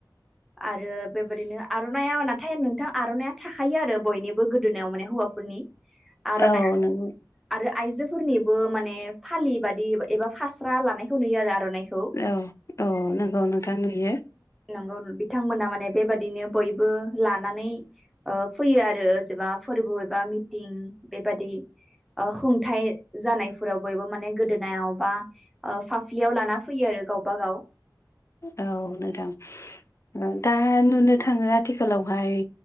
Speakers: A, in the centre; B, on the left (about 40°).
A: आरो बेबायदिनो आर'नाइया नाथाय नोंथां आर'नाइया थाखायो आरो बयनिबो गोदोनायाव माने हौवाफोरनि आर'नाइ
B: औ नंगौ
A: आरो आइजोफोरनिबो माने फालि बादि एबा फास्रा लानायखौ नुयो आरो आर'नाइ खौ
B: औ औ नंगौ नोंथां नुयो
A: नंगौ बिथांमोना माने बेबायदिनो बयबो लानानै फैयो आरो जेनेबा फोरबो एबा मिटिं बेबादि खुंथाय जानायफोराव बयबो माने गोदोनायाव बा फाफ्लियाव लाना फैयो आरो गावबा गाव
B: औ नोंथां दा नुनो थाङो आथिखालावहाय